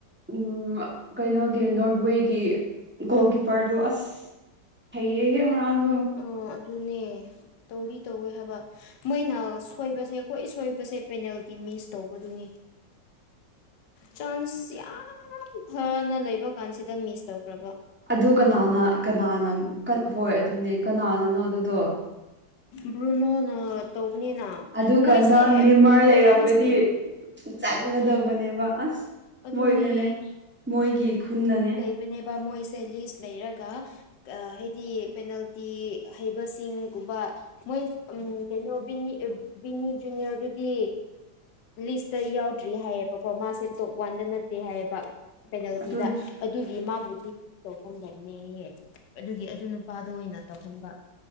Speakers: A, in the centre; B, on the left.
A: ꯎꯝ ꯀꯩꯅꯣꯒꯤ ꯅꯣꯔꯠꯋꯦꯒꯤ ꯒꯣꯜ ꯀꯤꯞꯄꯔꯗꯨ ꯑꯁ ꯍꯩꯌꯦꯍꯦ ꯉꯔꯥꯡꯗꯣ
B: ꯑꯣ ꯑꯗꯨꯅꯦ ꯇꯧꯔꯤ ꯇꯧꯋꯦ ꯍꯥꯏꯕ ꯃꯣꯏꯅ ꯁꯣꯏꯕꯁꯦ ꯀꯣꯏ ꯁꯣꯏꯕꯁꯦ ꯄꯦꯅꯥꯜꯇꯤ ꯃꯤꯁ ꯇꯧꯕꯗꯨꯅꯤ ꯆꯥꯟꯁ ꯌꯥꯝ ꯐꯅ ꯂꯩꯕ ꯀꯥꯟꯁꯤꯗ ꯃꯤꯁ ꯇꯧꯈ꯭ꯔꯕ
A: ꯑꯗꯨ ꯀꯅꯥꯅ ꯀꯅꯥꯅ ꯍꯣꯏ ꯑꯗꯨꯅꯦ ꯀꯅꯥꯅꯅꯣ ꯑꯗꯨꯗꯣ
B: ꯕ꯭ꯔꯨꯅꯣꯅ ꯇꯧꯕꯅꯤꯅ
A: ꯑꯗꯨꯀꯥꯟꯗ
B: ꯃꯣꯏꯁꯦ
A: ꯅꯦꯝꯃꯔ
B: ꯎꯝ
A: ꯂꯩꯔꯝꯒꯗꯤ
B: ꯂꯤꯁꯇꯤ
A: ꯆꯪꯒꯗꯕꯅꯦꯕ
B: ꯑꯥ
A: ꯑꯁ
B: ꯑꯗꯨꯅꯦ
A: ꯃꯣꯏꯅꯅꯦ ꯃꯣꯏꯒꯤ ꯈꯨꯟꯅꯅꯦ
B: ꯑꯗꯨꯅꯦꯕ ꯃꯣꯏꯁꯦ ꯂꯤꯁ ꯂꯩꯔꯒ ꯍꯥꯏꯗꯤ ꯄꯦꯅꯥꯜꯇꯤ ꯍꯩꯕꯁꯤꯡꯒꯨꯝꯕ ꯃꯣꯏ ꯎꯝ ꯀꯩꯅꯣ ꯕꯤꯅꯤ ꯕꯤꯅꯤ ꯖꯨꯅꯤꯌꯔꯗꯨꯗꯤ ꯂꯤꯁꯇ ꯌꯥꯎꯗ꯭ꯔꯤ ꯍꯥꯏꯌꯦꯕꯀꯣ ꯃꯥꯁꯦ ꯇꯣꯞ ꯋꯥꯟꯗ ꯅꯠꯇꯦ ꯍꯥꯏꯌꯦꯕ ꯄꯦꯅꯥꯜꯇꯤꯗ
A: ꯑꯗꯨ
B: ꯑꯗꯨꯒꯤ ꯃꯥꯕꯨꯗꯤ ꯇꯧꯍꯟꯒꯅꯦꯍ ꯑꯗꯨꯒꯤ ꯑꯗꯨ ꯅꯨꯄꯥꯗ ꯑꯣꯏꯅ ꯇꯧꯍꯟꯕ